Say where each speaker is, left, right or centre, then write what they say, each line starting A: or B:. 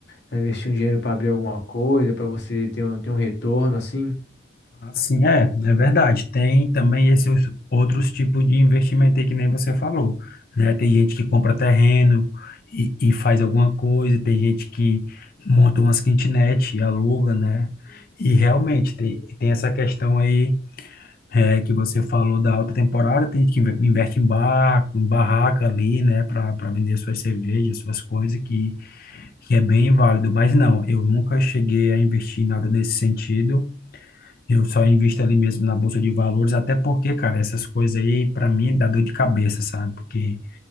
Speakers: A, on the left; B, on the left.
A: Pra investir um dinheiro para abrir alguma coisa, para você ter um, ter um retorno assim?
B: assim é, é verdade. Tem também esses outros tipos de investimento aí que nem você falou, né? Tem gente que compra terreno e, e faz alguma coisa, tem gente que monta umas kitnet e aluga, né? E realmente tem, tem essa questão aí É, que você falou da alta temporada, tem gente que inve- investe em barco, em barraca ali, né, para para vender suas cervejas, suas coisas, que, que é bem válido. Mas não, eu nunca cheguei a investir em nada nesse sentido. Eu só invisto ali mesmo na bolsa de valores, até porque, cara, essas coisas aí, para mim, dá dor de cabeça, sabe? Porque